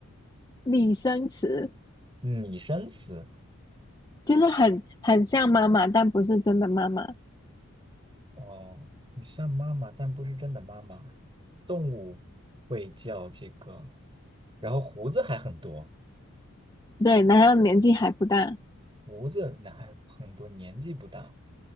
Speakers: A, on the left; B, on the right.
A: 拟声词
B: 拟声词？
A: 就是很很像妈妈，但不是真的妈妈。
B: 哦，你像妈妈，但不是真的妈妈。动物会叫这个，然后胡子还很多。
A: 对，然后年纪还不大，
B: 胡子那还很多，年纪不大。